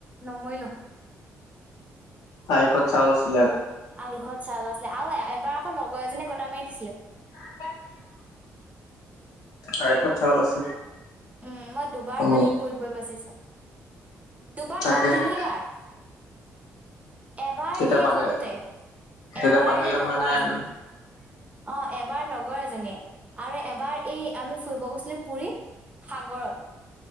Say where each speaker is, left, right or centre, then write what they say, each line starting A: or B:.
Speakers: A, on the right (about 25°); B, on the left (about 80°).
A: নমৰিলো
B: আয়ুষত চাউল আছিলে
A: আয়ুষত চাহ য আছিলে আৰু এবাৰ আকৌ লগৰ এজনীয়ে গোটা মাৰি দিছিলে
B: <inaudible> আয়ুখত চাউল আছে।
A: উম মই দুবাৰ
B: তুমি
A: পানীত পৰি পৰি বাচিছো দুবাৰ
B: তাকেহে
A: নহয় তিনিবাৰ। এবাৰ
B: তেতিয়া
A: সেই
B: পানী
A: সৰুতে।
B: তেতিয়া
A: এবাৰ
B: পানীলাও
A: লগৰ
B: হোৱা নাই
A: এজনীয়ে
B: আৰু
A: অ এবাৰ লগৰ এজনীয়ে আৰু এবাৰ এই আমি ফুৰিব গৈছিলো পুুৰীত সাগৰত